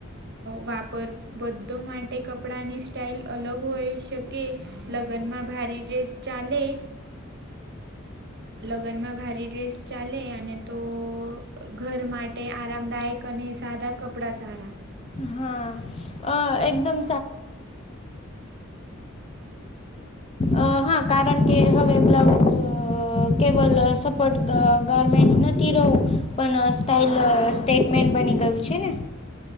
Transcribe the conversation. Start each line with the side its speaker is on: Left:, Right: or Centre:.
Right: વાપર બધો માટે કપડાંની સ્ટાઇલ અલગ હોય શકે. લગ્ન માં ભારી રેસ ચાલે. લગ્નમાં ભારે ડ્રેસ ચાલે અને તો ઘર માટે આરામદાયક અને સાદા કપડા સારા.
Left: હા અ એકદમ અ હા કારણ કે હવે બ્લાઉઝ કેવલ સપોર્ટ ગર્મેન્ટ નથી રહું પણ સ્ટાઇલ સ્ટેટમેન બની ગયું. છેને.